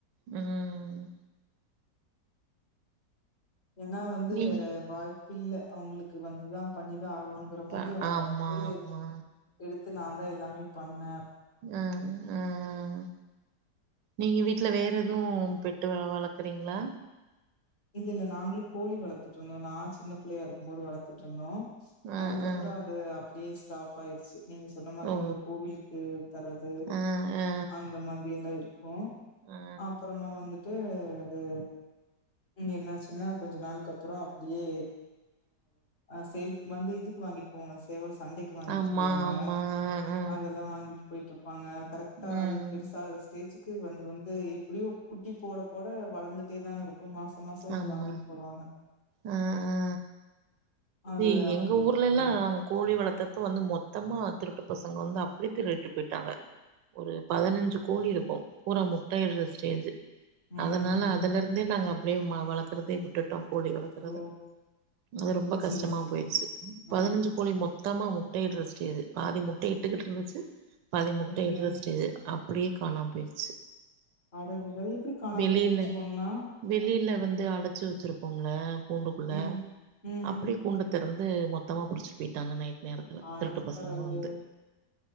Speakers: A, on the right; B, on the left.
A: ம்
B: ஏன்னா வந்து
A: நீ
B: வேற வாய்ப் பிள்ள அவுங்களுக்கு வந்துதான் பண்ணி ஆகணுங்கிற மாரி
A: ப
B: அவுங்க
A: ஆமா
B: வந்து
A: ஆமா
B: எடுத்து நான் தான் எல்லாமே பண்ண
A: ஆஹ் ஆஹ் நீங்க விட் வீட்ல வேற எதுவும் பெட்டு வளர்க்குறீங்களா
B: இல்ல இல்ல நாங்களும் கோழி வளர்த்துட்டு இருந்தோ நான் சின்ன பிள்ளையா இருக்கூ போது வளர்த்துட்டு இருந்தோ
A: ஆ
B: அதுக்கப்பறோ
A: ஆ
B: அது அப்டியே ஸ்டாப் ஆயிருச்சு நீங்க சொன்ன மாரிதா
A: ஓ
B: அந்த கோவிலுக்கு தரது
A: ஆ ஆ
B: அந்த மாரிலாம் இருக்கூ
A: ஆ
B: அப்பறமா வந்துட்டு அது இங்க என்னச்சுன்னா கொஞ்சோ நாளுக்கப்றோ அப்டியே அ சேல் வந்து இதுக்கு வாங்கிட்டு போவாங்க சேவல் சண்டைக்கு வாங்கிட்டு
A: ஆமா
B: போவாங்க
A: ஆமா ஆ
B: அதெல்லாம் வாங்கிட்டு போய்ட்டு ப்பங்க கரெக்டா
A: ம்
B: அது பெருசாகற ஸ்டேஜ் வந்து வந்து எப்டியோ குட்டி போட போட வளந்துட்டே தானே இருக்கூ மாச மாசோ வந்து
A: ஆமா
B: வாங்கிட்டு போவாங்க
A: ஆ ஆ இது
B: அது அப்டி
A: எங்க ஊர்ல
B: பண்ணோ
A: எல்லா கோ ழி வளர்த்தப்ப வந்து மொத்தமா திருட்டு பசங்க வந்து அப்டி திருடிட்டு போயிட்டாங்க ஒரு பதினஞ்சு கோழி இருக்கும் பூரா முட்டைிஇடுற ஸ்டேஜ்
B: ம்.
A: அதனால அதுல இருந்தே நாங்க அப்படி வளர்க்கறதே விட்டுட்டோம் கோழி வளர்க்றத
B: ஓ!
A: அது ரொம்ப
B: சரி,
A: கஷ்டமா
B: சரி.
A: போயிருச்சு
B: ஆ.
A: பதினஞ்சு கோழி மொத்தமா முட் முட்டயிடற ஸ்டேஜ் பாதி முட்டை இட்டுக்கிட்டு இருந்துச்சு பாதி முட்டை
B: ஓகே.
A: இடுற ஸ்டேஜ் அப் அப்டியே காணாம போயிருச்
B: அடடடா எப்டி காணாம
A: வெளியில
B: போச்சு ஒன்னா
A: வெளியில வந்து அடச்சு வெச்சிருப்போம்ல கூண்டுக்குள்ள
B: ம். ம்.
A: அப்டி கூண்ட திறந்து மொத்தமா புடிச்சிட் போயிட்டாங்க நைட் நேரத்துல
B: அட
A: திருட்டு பசங்க
B: கடவுளே
A: வந்து